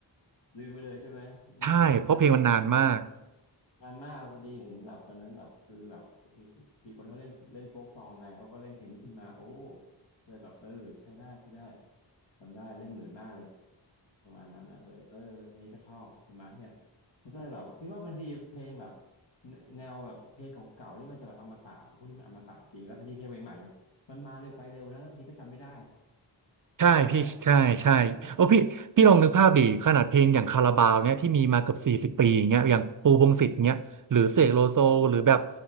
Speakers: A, on the left; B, on the right.
A: ลืมไปเลยใช่ไหมอืมนานแล้วนานแล้ว
B: ใช่เพราะเพลงมันนานมาก
A: นานมากพอดีเห็นแบบตอนนั้นแบบคือแบบเอ้ยมีคนเขาเล่นเล่นโฟกซองไงเขาก็เล่นเพลงนี้ขึ้นมาโอ้เลยแบบเออใช้ได้ใช้ได้จำได้เล่นเหมือนมากเลยประมาณนั้นอะเลยเอออันนี้ก็ชอบประมาณเนี้ยมันก็เลยแบบพี่ว่าบางทีเพลงแบบแนวแบบเพลงเก่าๆนี่มันจะแบบอมตะพวกนี้มันอมตะจริงแล้วบางทีเพลงใหม่ๆมันมาเร็วไปเร็วนะแล้วบางทีก็จำไม่ได้
B: ใช่พี่ใช่ใช่โอ้พี่พี่ลองนึกภาพดิขนาดเพลงอย่างคาราบาวเนี้ยที่มีมาเกือบสี่สิบปีอย่างเงี้ยอย่างปูพงษ์สิทธิ์เงี้ยหรือเสกโลโซหรือแบบ
A: จำไม่ได้ใช่ไหมเออใช่อืม